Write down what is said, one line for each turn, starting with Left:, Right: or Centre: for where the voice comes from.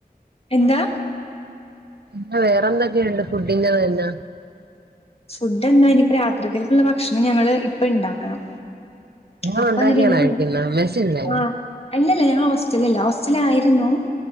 Left: എന്താ
Right: പിന്നെ വേറെ എന്തൊക്കെയുണ്ട് ഫുഡിന്റെ തന്നെ
Left: ഫുഡ് എന്താ ഇനിപ്പ രാത്രികുള്ള ഭക്ഷണം ഞങ്ങള് ഇപ്പ ഉണ്ടാക്കണം.
Right: നിങ്ങൾ
Left: അപ്പ
Right: ഉണ്ടാക്കിയാണോ
Left: എന്ന
Right: കഴിക്കുന്നത് മെസ്സില്ലേ
Left: ആഹ് അല്ലല്ല ഞങ്ങള് ഹോസ്റ്റലല്ല ഹോസ്റ്റല ആയിരുന്നു.